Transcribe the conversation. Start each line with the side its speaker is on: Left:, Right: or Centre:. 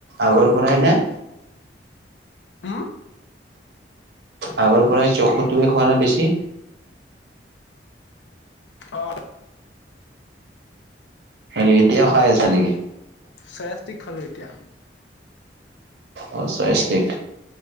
Right: আগৰ পৰাই নে?
Left: উম
Right: আগৰ পৰাই চকটোৱে খোৱা নে বেছি?
Left: অ'
Right: ই এতিয়াও খাই আছা নেকি?
Left: চয়া ইষ্টিক খালোঁ এতিয়া।
Right: অ' চয়াইষ্টিক